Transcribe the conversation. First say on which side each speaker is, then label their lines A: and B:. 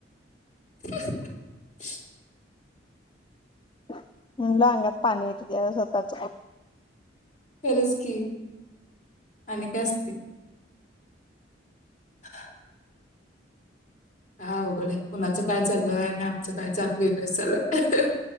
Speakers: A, on the left; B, on the left.
A: <unintelligible>
B: म्हणलं अंगात पाणीे तुझ्या स्वतःच
A: खरच की आणि का असते ह हा अवघड आहे कुणाचं काय चालू आहे आणि आमचं काय चालू आहे इकडे सगळं.